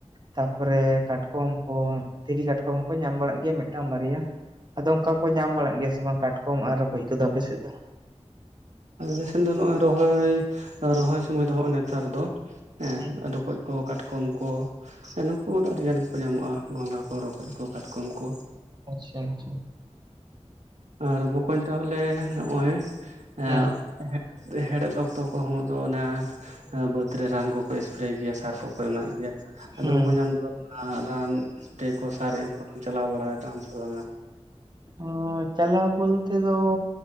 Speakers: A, on the right; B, on the right.
A: ᱛᱟᱯᱚᱨᱮ ᱠᱟᱴᱠᱚᱢ ᱠᱚ, ᱫᱷᱤᱨᱤ ᱠᱟᱴᱠᱚᱢ ᱦᱚᱸᱠᱚ ᱧᱟᱢ ᱵᱟᱲᱟᱜ ᱜᱮᱭᱟ ᱢᱮᱫᱴᱟᱝ ᱵᱟᱨᱭᱟ ᱟᱫᱚ ᱚᱝᱠᱟ ᱠᱚ ᱧᱟᱢ ᱵᱟᱲᱟᱜ ᱜᱮᱭᱟ ᱥᱮ ᱵᱟᱝ ᱠᱟᱴᱠᱚᱢ ᱟᱨ ᱨᱚᱠᱚᱡ ᱠᱚᱫᱚ ᱟᱯᱮ ᱥᱮᱜ ᱫᱚ?
B: ᱟᱞᱮ ᱥᱮᱱ ᱫᱚ ᱱᱚᱜᱼᱚᱭ ᱨᱚᱦᱚᱭ ᱨᱚᱦᱚᱭ ᱥᱚᱢᱚᱭ ᱫᱚ ᱦᱚᱜ ᱱᱮᱛᱟᱨ ᱫᱚ ᱦᱮᱸ
A: ᱦᱩᱸ
B: ᱨᱚᱠᱚᱡ ᱠᱚ ᱠᱟᱴ‌ ᱠᱚᱢ ᱠᱚ ᱱᱩᱠᱩ ᱫᱚ ᱟᱹᱰᱤ ᱜᱟᱱ ᱜᱮᱠᱚ ᱧᱟᱢᱚᱜᱼᱟ ᱜᱚᱸᱜᱟ ᱠᱚ ᱨᱚᱠᱚᱡ ᱠᱚ ᱠᱟᱴᱠᱚᱢ ᱠᱚ,
A: ᱟᱪᱪᱷᱟ ᱟᱪᱪᱷᱟ ᱾
B: ᱟᱨ ᱵᱚᱠᱚᱧ ᱛᱟᱦᱚᱞᱮ ᱱᱚᱜᱼᱚᱭ ᱟᱸ
A: ᱦᱮᱸ
B: <inaudible> ᱦᱮᱲᱦᱮᱫ ᱚᱠᱛᱚ ᱠᱚᱦᱚᱸ ᱫᱚ ᱚᱱᱟ ᱵᱟᱹᱫᱽ ᱨᱮ ᱨᱟᱱ ᱠᱚ ᱠᱚ ᱮᱥᱯᱨᱮ ᱜᱮᱭᱟ ᱥᱟᱨ ᱠᱚᱠᱚ ᱮᱢᱟᱜ ᱜᱮᱭᱟ ᱟᱫᱚ
A: ᱦᱮᱸ
B: ᱵᱚᱠᱚᱧ ᱟᱢ ᱫᱚ ᱚᱱᱟ ᱨᱟᱱ ᱮᱥᱯᱨᱮ ᱠᱚ ᱥᱟᱨ ᱮᱢ ᱠᱚᱢ ᱪᱟᱞᱟᱣ ᱵᱟᱲᱟ ᱟᱠᱟᱱᱟᱢ ᱥᱮ ᱵᱟᱝᱟ?
A: ᱚ ᱪᱟᱞᱟᱣ ᱵᱚᱞᱛᱮ ᱫᱚ